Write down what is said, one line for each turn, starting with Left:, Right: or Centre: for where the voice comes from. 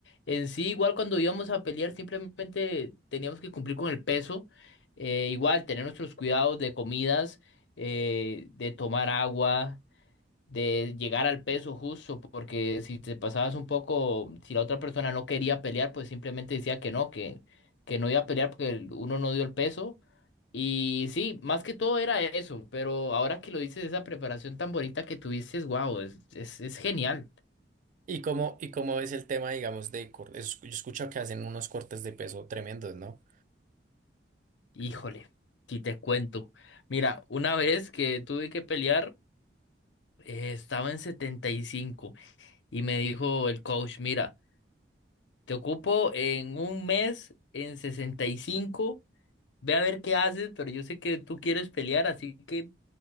Left: En sí, igual cuando íbamos a pelear, simplemente teníamos que cumplir con el peso, eh, igual tener nuestros cuidados de comidas, eh, de tomar agua de llegar al peso justo, porque si te pasabas un poco, si la otra persona no quería pelear, pues simplemente decía que no, que, que no iba a pelear porque el- uno no dio el peso. Y sí, más que todo era eso, pero ahora que lo dices, esa preparación tan bonita que tuviste, wow, es, es, es genial.
Right: ¿Y cómo, y cómo es el tema, digamos, de cortes? Yo escucho que hacen unos cortes de peso tremendos, ¿no?
Left: Híjole, si te cuento. Mira, una vez que tuve que pelear, eh, estaba en setenta y cinco y me dijo el coach, mira, te ocupo en un mes en sesenta y cinco Ve a ver qué haces, pero yo sé que tú quieres pelear, así que